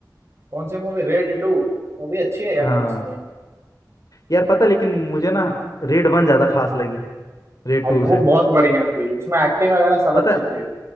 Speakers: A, on the right; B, on the left.
A: कौन सी मूवी रेड टू मूवी अच्छी है यार
B: हाँ
A: मैंने सुनी
B: यार पता है, लेकिन मुझे ना रेड वन ज्यादा खास लगी रेड
A: और
B: टू
A: वो
B: से
A: बहुत बढ़िया थी उसमें एक्टिंग वगैरह सब
B: पता
A: अच्छी
B: है
A: थी